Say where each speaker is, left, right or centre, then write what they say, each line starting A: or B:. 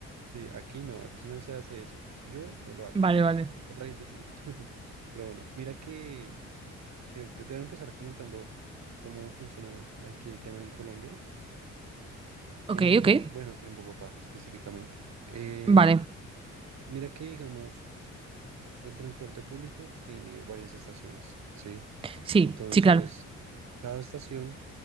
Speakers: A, on the right (about 65°); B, on the right (about 20°).
A: sí, aquí no, aquí no se hace eso, yo no lo hago,
B: Vale, vale.
A: otra gente sí, <laughs> pero bueno, mira que, que te debo empezar comentando cómo funciona aquí el tema en Colombia, Eh,
B: Ok, ok.
A: bueno, en Bogotá específicamente. Em,
B: Vale.
A: mira que, digamos, El transporte público tiene varias estaciones, ¿sí?
B: Sí,
A: Entonces,
B: sí, claro.
A: cada estación